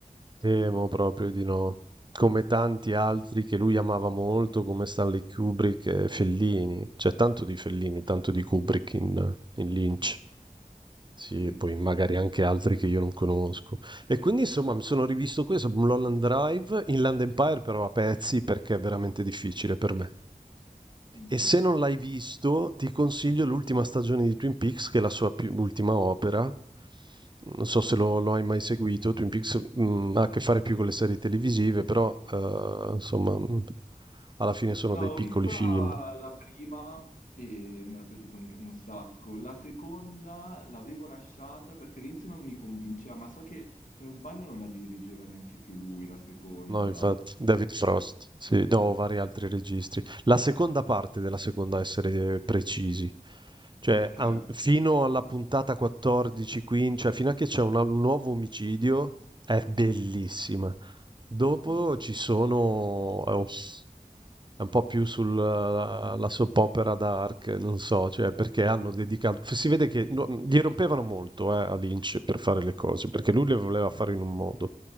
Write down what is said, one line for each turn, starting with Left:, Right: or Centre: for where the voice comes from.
Right: Temo
Left: Madonna.
Right: proprio di no. Come tanti altri che lui amava molto, come Stanley Kubrick e Fellini. C'è tanto di Fellini, tanto di Kubrick in, in Lynch. Sì,
Left: Sì,
Right: e poi
Left: sì,
Right: magari anche altri che io non conosco. E quindi insomma mi sono rivisto questo, Mulholland Drive, Inland Empire però a pezzi perché è veramente difficile per me.
Left: sì.
Right: E se non l'hai visto, ti consiglio l'ultima stagione di Twin Peaks, che è la sua più- ultima opera. Non so se lo, lo hai mai seguito. Twin Peaks, mm, ha a che fare più con le serie televisive, però eh, insomma, mm, alla fine sono
Left: No,
Right: dei
Left: ho
Right: piccoli
Left: visto
Right: film.
Left: la, la prima e mi era piaciuta un, un sacco. La seconda l'avevo lasciata perché all'inizio non mi convinceva, ma so che se non sbaglio non la dirigeva neanche più lui, la seconda.
Right: No, infatti, David Frost, sì,
Left: Guarda.
Right: no, vari altri registri. La seconda parte della seconda, a essere precisi, cioè
Left: Ok.
Right: a un- fino alla puntata 14, 15, cioè fino a che c'è un, un nuovo omicidio, è bellissima.
Left: Mhm.
Right: Dopo
Left: Mhm.
Right: ci sono, eh, ups, è un po' più sulla la soap opera dark, non so, cioè perché hanno dedicato, si vede che no, gli rompevano molto eh, a Lynch per fare le cose, perché lui le voleva fare in un modo